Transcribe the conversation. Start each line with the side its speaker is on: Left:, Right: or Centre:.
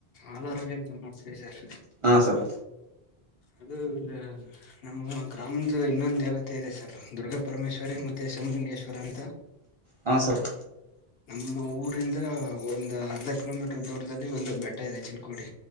Left: ಆಲಾರಾಮ್ ಏಂತ ಮಾಡ್ತವಿ ಸರ್.
Right: ಹಾ ಸರ್
Left: ಅದು ಒಂದ್ ನಮ್ಮ ಗ್ರಾಮದ ಇನ್ನೊಂದು ದೇವತೆ ಇದೆ ಸರ್ ದುರ್ಗಾ ಪರಮೇಶ್ವರಿ ಮತ್ತೆ ಶಮಲಿಂಗೇಶ್ವರ ಅಂತ.
Right: ಹಾಂ ಸರ್,
Left: ನಮ್ಮ ಊರಿಂದ ಒಂದು ಅರ್ಧ ಕಿಲೋಮೀಟರ್ ದೂರ.,, ಒಂದು ಬೆಟ್ಟ ಇದೆ ಚಿ <unintelligible> ಗು <unintelligible> ಡಿ